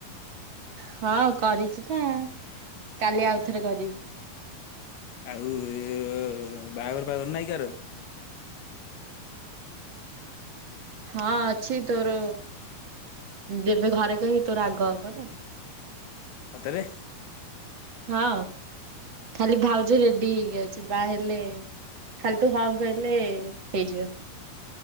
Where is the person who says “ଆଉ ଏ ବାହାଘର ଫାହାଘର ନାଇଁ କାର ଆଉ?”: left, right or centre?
Left